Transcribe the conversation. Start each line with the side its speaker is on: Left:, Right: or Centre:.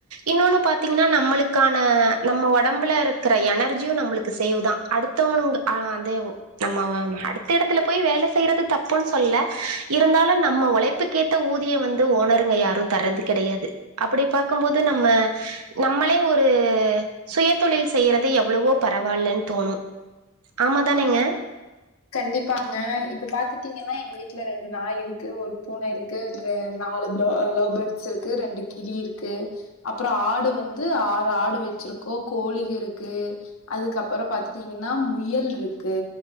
Right: இன்னொன்னு பாத்திங்ன்னா நம்மளுக் க்கான நம்ம ஒடம்புல இருக்கற எனர்ஜியு நம்மளுக்கு சேவ் தா அடுத்தவனுகு அதெ ஓ நம்ம அடுத்த எடத்துல போய் வேல செய்றது தப்புன் சொல்லல இருந்தாலு நம்ப ஒழைப்புக்கே த்த ஊதியோம் வந்து ஓனருங்க யாரு தரது கெடையாது அப்டி பாக்கும்போது நம்ம நம்மளே ஒரு சுய தொழில் செய்றது எவ்வளவோ பரவால்லன் தோணும் ஆமா தானேங்க
Left: கண்டிப்பாங்க இப்ப பாத்துட்டிங்ன்னா எங்க வீட்ல ரெண்டு நாய் இருக்கு ஒரு பூன இருக் கு ரெ நாலு ப்லோ லவ் பேர்ட்ஸ் இருக்கு ரெண்டு கிளி இருக்கு அப்றோ ஆடு வந்து ஆறு ஆடு வச்சிருக்கோ கோழிகருக்கு அதுக்கப்றோ பாத்துட்டிங்னா முயல் ட்ருக்கு